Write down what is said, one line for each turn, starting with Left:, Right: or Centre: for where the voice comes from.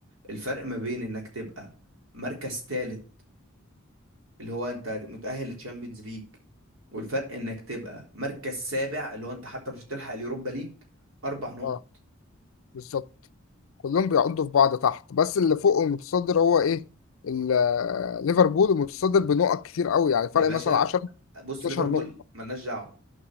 Right: الفرق ما بين انك تبقى مركز ثالث اللي هو انت متاهل للتشامبيونز ليج والفرق انك تبقى مركز سابع اللي هو انت حتى مش هتلحق اليوروبا ليج اربع نقط
Left: اه بالظبط كلهم بيعضوا في بعض تحت بس اللي فوق المتصدر هو ايه ال- ليفربول المتصدر بنقط كتير قوي يعني
Right: يا
Left: فرق
Right: باشا
Left: مثلا 10
Right: بص
Left: 12
Right: ليفربول
Left: نقطة
Right: ملناش دعوه